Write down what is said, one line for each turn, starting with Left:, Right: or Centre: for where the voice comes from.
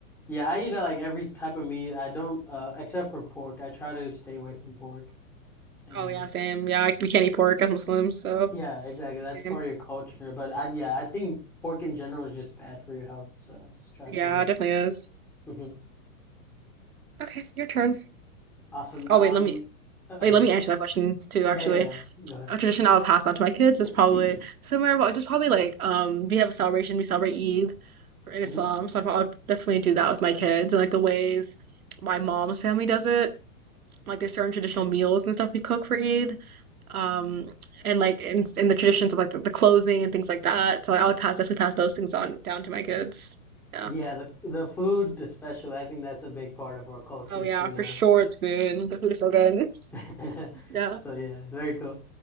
Centre: yeah, I eat uh, like every type of meat. I don't uh, except for pork. I try to stay away from pork, and
Right: Oh yeah, same. Yeah, like, we can't eat pork as Muslims, so
Centre: yeah, exactly. That's
Right: same.
Centre: part of your culture. But I yeah, I think pork in general is just bad for your health, so I just try
Right: Yeah,
Centre: to stay away.
Right: it definitely is.
Centre: Mm-hmm.
Right: Okay, your turn.
Centre: Awesome.
Right: Oh
Centre: Um,
Right: wait, let me
Centre: oh
Right: wait,
Centre: yeah.
Right: let me answer that question too, actually.
Centre: Yeah, yeah, yeah. Go ahead.
Right: A tradition I would pass on to my kids is
Centre: <clears throat>
Right: probably similar, but just probably like um we have a celebration, we celebrate Eid in Islam,
Centre: Mhm.
Right: so I'd probably definitely do that with my kids and like the ways my mom's family does it. Like there's certain traditional meals and stuff we cook for Eid. um and like in in the traditions of like the, the clothing and things like that so I would pass definitely pass those things on down to my kids yeah
Centre: Yeah, the the food especially, I think that's a big part of our cultures,
Right: oh yeah
Centre: you
Right: for
Centre: know.
Right: sure it's food the food is so good
Centre: <laughs>
Right: <laughs> yeah
Centre: So yeah, very cool.